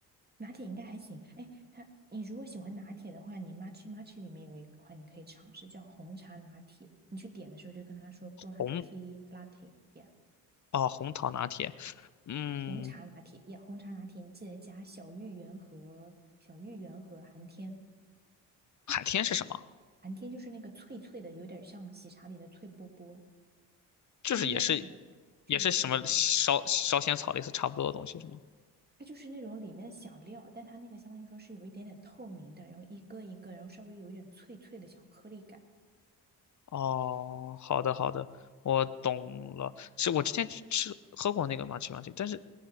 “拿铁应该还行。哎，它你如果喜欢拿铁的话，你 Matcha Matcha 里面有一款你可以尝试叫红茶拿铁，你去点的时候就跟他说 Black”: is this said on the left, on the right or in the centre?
Right